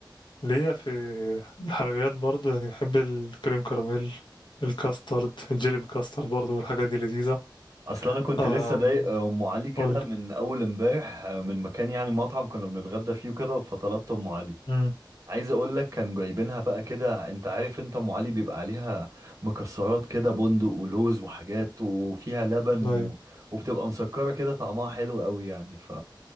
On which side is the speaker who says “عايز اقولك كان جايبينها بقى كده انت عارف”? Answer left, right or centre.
Right